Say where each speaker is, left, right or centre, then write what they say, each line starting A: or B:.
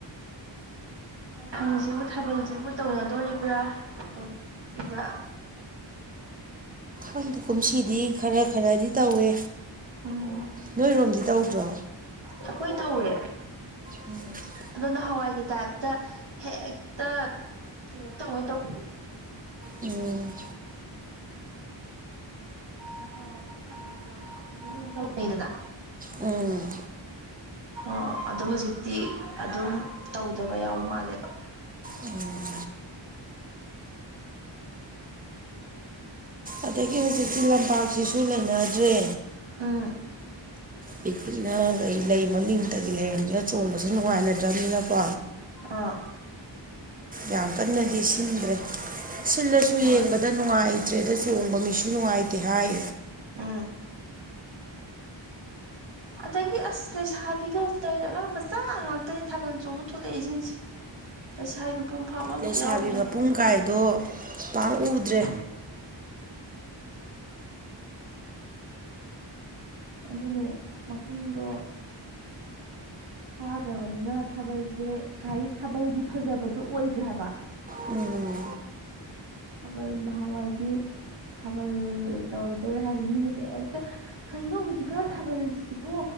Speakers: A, on the right; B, on the right.
A: ꯍꯧꯖꯤꯛꯁꯤꯕꯨ ꯊꯥꯕꯜꯁꯤꯕꯨ ꯇꯧꯅꯗꯣꯔꯤꯕ꯭ꯔꯥ ꯇꯧꯔꯣꯢꯗꯧꯔꯤꯕ꯭ꯔꯥ
B: ꯥꯡꯗ ꯀꯨꯝꯁꯤꯗꯤ ꯈꯔ ꯈꯔꯗꯤ ꯇꯧꯋꯦ
A: ꯎꯝ
B: ꯅꯣꯏꯔꯣꯝꯗꯤ ꯇꯧꯗ꯭ꯔꯣ
A: ꯑꯩꯈꯣꯏ ꯇꯧꯋꯦ
B: ꯎꯝ <inaudible>
A: ꯑꯗꯨꯅ ꯍꯋꯥꯏꯒꯤ ꯇꯥꯏꯞꯇ ꯍꯦꯛꯇ ꯀꯩꯅꯣ ꯇꯧꯉꯩ ꯇꯧꯕꯅꯦ ꯍꯧꯖꯤꯛꯁꯦ
B: ꯎꯝ
A: ꯊꯥꯕꯜꯁꯦ ꯅꯍꯥꯟꯋꯥꯏꯒꯤ ꯊꯥꯕꯛꯁꯦ ꯌꯥꯝ ꯈꯨꯗꯤꯡ ꯇꯧꯅꯩꯗꯅ
B: ꯎꯝ
A: ꯑꯣ ꯑꯗꯨ ꯍꯧꯖꯤꯛꯇꯤ ꯑꯗꯨꯝ ꯇꯧꯗꯕ ꯌꯥꯎꯕ ꯃꯥꯜꯂꯦꯕ
B: ꯎꯝ <inaudible> ꯑꯗꯒꯤ ꯍꯧꯖꯤꯛꯇꯤ ꯂꯝꯄꯥꯛꯁꯤꯁꯨ ꯂꯩꯅꯗ꯭ꯔꯦ
A: ꯎꯝ
B: ꯑꯩ ꯈꯨꯅ ꯂꯩ ꯂꯩ ꯃꯃꯤꯡꯇꯒꯤ ꯂꯩꯔꯕꯝꯅꯤꯅ ꯆꯣꯡꯕꯁꯨ ꯅꯨꯡꯉꯥꯏꯅꯗ꯭ꯔꯕꯅꯤꯅꯀꯣ
A: ꯑꯥ
B: ꯌꯥꯝ ꯀꯟꯅꯗꯤ ꯁꯤꯟꯗ꯭ꯔꯦ ꯁꯤꯜꯂꯁꯨ
A: ꯍꯣꯏ
B: ꯌꯦꯡꯕꯗ ꯅꯨꯡꯉꯥꯏꯇ꯭ꯔꯦꯗ ꯆꯣꯡꯕ ꯃꯤꯁꯨ ꯅꯨꯡꯉꯥꯏꯇ꯭ꯔꯦ ꯇꯦ ꯍꯥꯏ
A: ꯎꯝ ꯑꯗꯒꯤ ꯑꯁ ꯂꯩꯁꯥꯕꯤꯒ ꯇꯧꯔꯤꯁꯦ ꯑꯉꯥꯡ ꯃꯆꯥ ꯉꯥꯛꯇꯅꯤ ꯊꯥꯕꯜ ꯆꯣꯡꯕꯅ ꯊꯣꯛꯂꯛꯏꯁꯤꯡꯁꯦ ꯂꯩꯁꯥꯕꯤ ꯃꯄꯨꯡ ꯐꯥꯕ ꯑꯝꯇ
B: ꯂꯩꯁꯥꯕꯤ
A: ꯌꯥꯎꯗ꯭ꯔꯦ
B: ꯃꯄꯨꯡ ꯀꯥꯏꯗꯣ ꯄꯥꯛ ꯎꯗ꯭ꯔꯦ
A: <inaudible> <unintelligible> ꯑꯗꯨꯅꯦ ꯃꯄꯨꯝꯗꯣ ꯊꯥꯈ꯭ꯔꯕꯅꯤꯅ ꯊꯥꯕꯜꯁꯦ ꯀꯩ ꯍꯥꯏ ꯊꯥꯕꯜꯒꯤ ꯐꯖꯕꯗꯣ ꯑꯣꯏꯗ꯭ꯔꯦ ꯍꯥꯏꯕ
B: ꯎꯝ
A: ꯊꯥꯕꯜ ꯅꯍꯥꯟꯋꯥꯏꯗꯤ ꯊꯥꯕꯜ ꯇꯧꯔꯛꯇꯧꯔꯦ ꯍꯥꯏꯗꯤ ꯃꯤꯒꯁꯦ ꯍꯦꯛꯇ ꯀꯩꯅꯣ ꯍꯧꯖꯤꯛꯀꯥꯟ ꯊꯥꯕꯜꯁꯤꯕꯨ